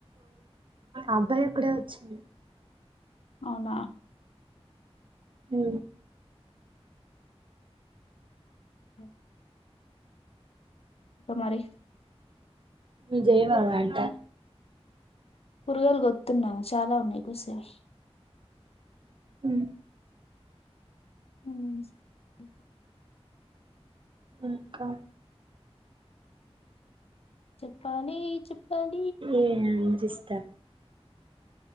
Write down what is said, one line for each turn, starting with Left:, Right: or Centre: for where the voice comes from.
Right: అబ్బాయి ఓక్కడే వచ్చిం
Left: అవునా
Right: ఊ
Left: ఓ ఇక మరి
Right: నువ్వు చేయవా వంట
Left: కూరగాయలు గొత్తున్నాం చాలా ఉన్నాయి కోసేవి
Right: ఉహు
Left: <inaudible>
Right: ఇంకా
Left: చెప్పాలి చెప్పాల్
Right: ఎమ్ చేస్తా